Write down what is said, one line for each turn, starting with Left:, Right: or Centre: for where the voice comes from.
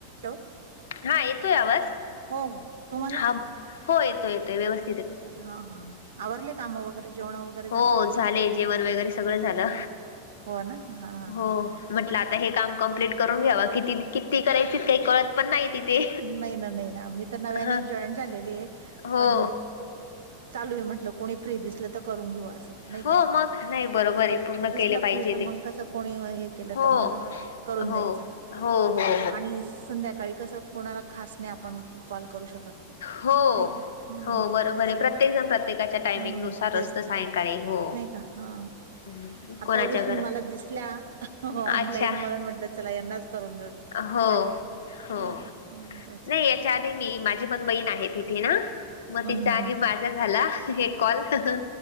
Right: हॅलो
Left: हा येतोय आवाज
Right: हो हो तुम्हाला
Left: हा हो येतोय येतोय व्यवस्थित
Right: येतोय ना. हा हा आवरले काम वगैरे जेवण वगैरे
Left: हो झाले जेवण वगैरे सगळं झालं
Right: हो ना हा हा
Left: हो
Right: हा
Left: म्हटलं आता हे काम कंप्लीट करुन घ्यावा किती किती करायची ते कळत पण नाही तिथे
Right: नाही ना नाही ना मी त नव्यानेच
Left: ह
Right: जॉईन झालेली आहे.
Left: हो
Right: पण चालू आहे म्हटलं कोणी फ्री दिसलं तर करून घेऊ असं नाही
Left: हो
Right: का
Left: मग नाही बरोबर आहे
Right: हम
Left: पूर्ण
Right: दिसला
Left: केले पाहिजे
Right: फ्री तर मग
Left: ते
Right: कसं कोणी हे केलं
Left: हो
Right: तर मग कसं करून
Left: हो
Right: द्यायचं
Left: हो हो
Right: आणि संध्याकाळी कसं कोणाला खास नाही आपण कॉल करू शकत
Left: हो
Right: नाही का हम्म
Left: हो बरोबर
Right: तेच
Left: आहे. प्रत्येकजण प्रत्येकाच्या
Right: हम्म
Left: टायमिंग नुसार
Right: तेच
Left: असत
Right: तर
Left: सायकाळी. हो
Right: नाही का हा.
Left: हॅलो <inaudible>
Right: आता
Left: कोणाच्या
Right: उगीच
Left: घरात
Right: तुम्ही मला दिसल्या ऑनलाईन
Left: अच्छा
Right: म्हणून म्हटलं चला यांनाच करून देऊ
Left: हो.
Right: काय
Left: हो
Right: नाही का हं तेच
Left: नाही याच्याआधी मी माझी पण बहीण आहे तिथे ना मग
Right: हं
Left: तिचा
Right: हं
Left: आणि
Right: हं
Left: माझा झाला. हे कॉल कस